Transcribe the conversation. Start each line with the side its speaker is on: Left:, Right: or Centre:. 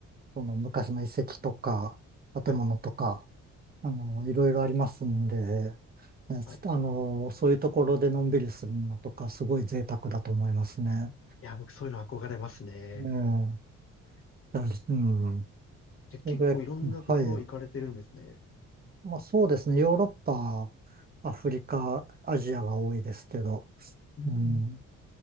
Right: その昔の遺跡とか、
Left: はい、
Right: 建物とか、あの、いろいろありますんで、ねすあの、
Left: はい。い
Right: そういうところでのんびりするのとか、すごい贅沢だと思いますね。
Left: や、僕そういうの憧れますね。
Right: うん、だうん。それ、
Left: じゃ、結構いろんなところ行かれてるんですね。
Right: はい。まあそうですね。ヨーロッパ、アフリカ、アジアが多いですけど。
Left: うんうん。
Right: うん。